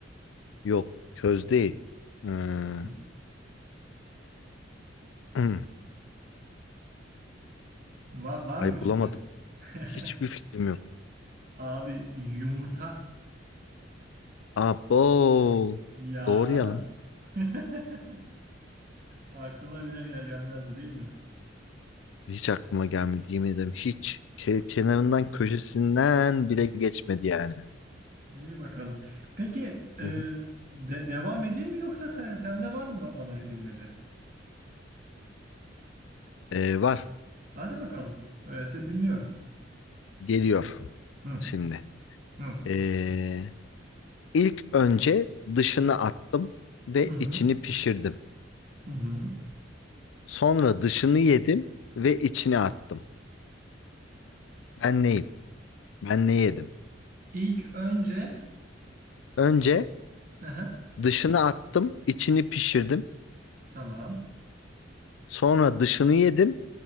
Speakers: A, on the left; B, on the right.
A: Yok, köz değil. Ee,
B: Hı.
A: <clears throat>
B: Va- var
A: ay
B: mı bir fikrin?
A: bulamadım.
B: <laughs>
A: Hiçbir fikrim yok.
B: Abi yumurta.
A: Aa, bol.
B: Ya.
A: Doğru ya lan.
B: <laughs> Aklına bile gel- gelmezdi değil mi?
A: Hiç aklıma gelmedi yemin ederim hiç. Ke- kenarından köşesinden bile geçmedi yani.
B: İyi bakalım. Peki e,
A: Hı hı.
B: de- devam edeyim mi yoksa sen sende var mı ba- bana bir bilmece?
A: Ee, var
B: Hadi bakalım. Öyleyse dinliyorum.
A: geliyor
B: Hı
A: şimdi.
B: hı.
A: Ee, ilk önce dışını attım ve
B: Hı hı.
A: içini pişirdim.
B: Hı hı.
A: Sonra dışını yedim ve içini attım. Ben neyim? Ben ne yedim?
B: İlk önce
A: Önce
B: hı hı,
A: dışını attım, içini pişirdim.
B: tamam.
A: Sonra dışını yedim